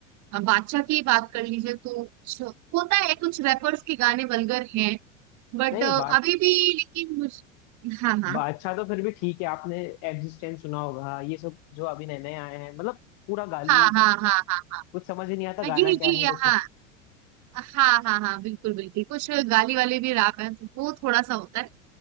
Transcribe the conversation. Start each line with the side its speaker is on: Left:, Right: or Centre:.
Right: अ, बादशाह की बात कर लीजिए तो कुछ होता है कुछ रैपर्स के गाने वल्गर हैं बट
Left: नहीं
Right: अभी
Left: बात
Right: भी लेकिन मुझ हाँ हाँ
Left: बा- अच्छा तो फिर भी ठीक है आपने एग्जिस्टेंस सुना होगा ये सब जो अभी नए नए आए हैं मतलब पूरा गाली
Right: हाँ हाँ हाँ हाँ
Left: कुछ समझ ही नहीं आता
Right: पर
Left: गाना
Right: ये ये
Left: क्या है
Right: ये-
Left: कुछ
Right: हाँ हाँ हाँ हाँ बिल्कुल बिल्कुल कुछ गाली वाले भी रैप हैं तो वो थोड़ा सा होता है